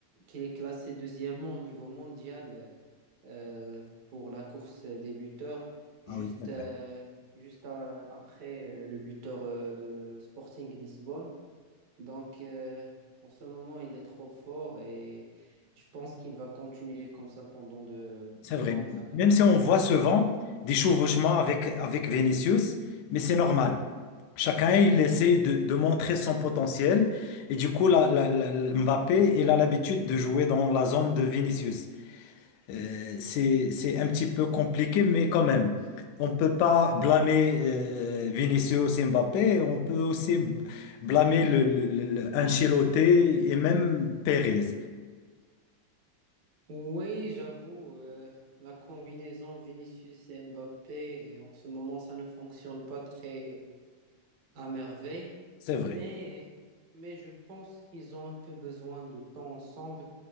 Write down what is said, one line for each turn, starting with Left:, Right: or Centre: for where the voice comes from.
Right: qu'il est classé deuxièmement au niveau mondial. euh, euh, pour la course débuteur, juste,
Left: Ah oui, c'est vrai.
Right: euh, juste euh, après euh, le buteur euh, de Sporting Lisbonne. Donc, euh, en ce moment, il est trop fort et je pense qu'il va continuer comme ça pendant de, des
Left: C'est vrai.
Right: longues années.
Left: Même si on voit souvent des chevauchements avec, avec Vinicius, mais c'est normal. Chacun, il essaie de, de montrer son potentiel. Et du coup, la, la- la- la- Mbappé, il a l'habitude de jouer dans la zone de Vinicius. Euh, c'est, c'est un petit peu compliqué, mais quand même, on ne peut pas blâmer euh, Vinicius et Mbappé. On peut aussi blâmer le, le, le- le- Ancelotti et même Pérez.
Right: Oui, j'avoue, euh, la combinaison Vinicius et Mbappé, en ce moment, ça ne fonctionne pas très, à merveille,
Left: C'est
Right: mais,
Left: vrai.
Right: mais je pense qu'ils ont un peu besoin de temps ensemble.